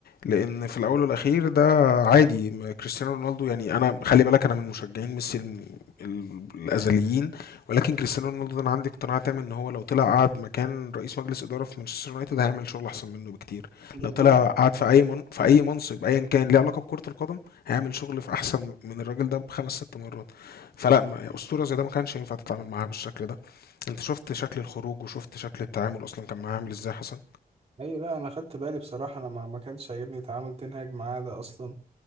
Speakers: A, on the left; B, on the right.
A: لان في الاول والاخير ده عادي ما كريستيانو رونالدو يعني انا خلي بالك انا من مشجعين ميسي الم- ال- الازليين ولكن كريستيانو رونالدو ده انا عندي اقتناع تام ان هو لو طلع قعد مكان رئيس مجلس اداره في مانشستر يونايتد هيعمل شغل احسن منه بكتير
B: بالظبط
A: لو طلع قعد في اي من في اي منصب ايا كان ليه علاقه بكره القدم هيعمل شغل في احسن من الراجل ده بخمس ست مرات فلا ما- اسطوره زي ده ما كانش ينفع تتعامل معاها بالشكل ده انت شفت شكل الخروج وشفت شكل التعامل اصلا كان معاه عامل ازاي حسن
B: ايوه لا انا خدت بالي بصراحة انا ما ما كانش عاجبني تعامل تنهاج معاه ده اصلا